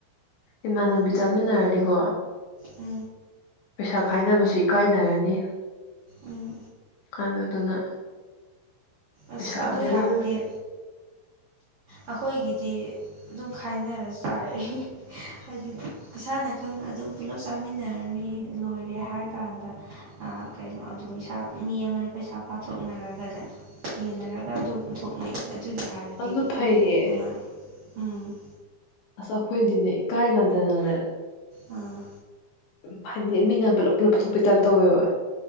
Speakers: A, on the left (about 80°); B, on the right (about 85°).
A: ꯏꯃꯥꯟꯅ ꯕꯤ ꯆꯥꯃꯤꯟꯅꯔꯅꯤꯀꯣ
B: ꯑ
A: ꯄꯩꯁꯥ ꯈꯥꯏꯅꯕꯁꯤ ꯏꯀꯥꯏꯅꯔꯅꯤ
B: ꯎꯝ
A: ꯑ ꯑꯗꯨꯅ ꯄꯩꯁꯥꯁꯦ
B: ꯑꯁ ꯑꯗꯨꯏ
A: ꯑꯗꯨꯝ
B: ꯍꯥꯏꯔꯗꯤ ꯑꯩꯈꯣꯏꯒꯤꯗꯤ ꯑꯗꯨꯝ ꯈꯥꯏꯅꯔ ꯆꯥꯏꯔꯦ ꯍꯥꯏꯗꯨꯅ ꯏꯁꯥꯅ ꯈꯪꯅ ꯑꯗꯨꯝ ꯄꯨꯂꯞ ꯆꯥꯃꯤꯟꯅꯔꯅꯤ ꯂꯣꯏꯔꯦ ꯍꯥꯏꯔ ꯀꯥꯟꯗ ꯀꯩꯅꯣ ꯑꯗꯨꯝ ꯏꯁꯥ ꯃꯤ ꯑꯃꯅ ꯄꯩꯁꯥ꯫ ꯄꯥꯊꯣꯛꯅꯔꯒꯅꯦ ꯌꯦꯟꯅꯔꯒ ꯑꯗꯨꯝ ꯄꯨꯊꯣꯛꯅꯩ ꯑꯗꯨꯒꯤ ꯍꯥꯏꯔꯗꯤ꯫
A: ꯑꯗꯨ ꯐꯩꯌꯦ
B: ꯇꯥꯏ ꯎꯝ
A: ꯑꯁ ꯑꯩꯈꯣꯏꯗꯤꯅꯦ ꯏꯀꯥꯏꯅꯗꯅ
B: ꯑꯥ
A: ꯎ ꯍꯥꯏꯗꯤ ꯃꯤꯅ ꯄꯨꯂꯞ ꯄꯨꯂꯞ ꯂꯧꯞꯊꯣꯛꯄꯤꯇꯕ ꯇꯧꯋꯦꯕ